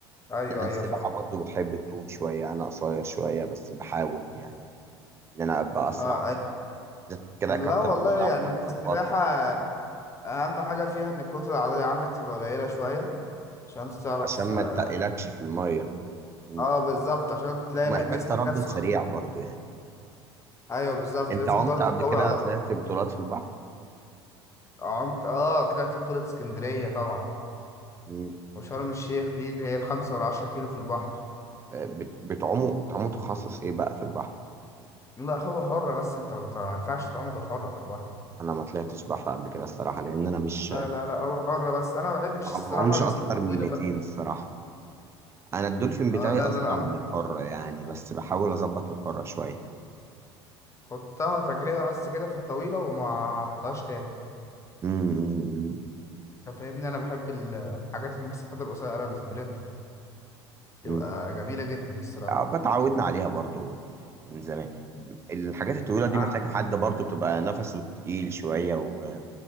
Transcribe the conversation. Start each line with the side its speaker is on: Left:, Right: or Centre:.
Left: ايوه
Right: يعني
Left: ايوه
Right: السباحة
Left: فاهم
Right: برضو بتحب الطول شوية أنا قصير شوية بس بحاول يعني إن أنا أبقى أسرع
Left: اه ايوه
Right: بالذات كده
Left: لا
Right: كابتن
Left: والله
Right: عمرو
Left: يعني
Right: أحمد
Left: في السباحة
Right: ظبطني في
Left: اهم حاجه فيها ان الكتله العضليه عندك تبقى قليله شويه عشان انت تعرف
Right: عشان
Left: اه
Right: ما تتقلكش في المية مم.
Left: آه، بالظبط عشان تلاقي
Right: ومحتاج
Left: ن- جسمك
Right: تردد
Left: نفسه
Right: سريع
Left: خفيف
Right: برضو يعني
Left: ايوه بالظبط
Right: أنت
Left: لازم
Right: عمت
Left: برضه
Right: قبل
Left: تقوي
Right: كده
Left: عضلات
Right: طلعت بطولات في البحر؟
Left: عمت اه طلعت بطوله اسكندريه طبعا
Right: مم.
Left: وشرم الشيخ دي اللي هي الخمسة والعشرة كيلو في البحر
Right: آه، بت- بتعوموا بتعوموا تخصص إيه بقى في البحر؟
Left: لا هو حرة بس انت ما بت- ما ينفعش تعوم غير حرة في البحر
Right: أنا ما طلعتش بحر قبل كده الصراحة لأن أنا مش
Left: لا لا لا هو حرة بس انا ما بحبش
Right: ما
Left: الصراحة
Right: بعومش
Left: المسافات
Right: أكتر
Left: الطويلة
Right: من 200
Left: بس
Right: الصراحة أنا الدولفين بتاعي
Left: اه لا
Right: أسرع
Left: لا لا انا
Right: من الحرة يعني بس بحاول أظبط الحرة شوية
Left: خدتها تجربة بس كده في الطويلة وما رحتهاش تاني
Right: مم.
Left: انت فاهمني انا بحب ال- الحاجات المسافات القصيرة السبرنت تبقى
Right: مم.
Left: جميلة جدا الصراحة
Right: آه، اتعودنا عليها برضو من زمان الحاجات الطويلة دي
Left: عن
Right: محتاجة حد برضو بتبقى نفسه تقيل شوية و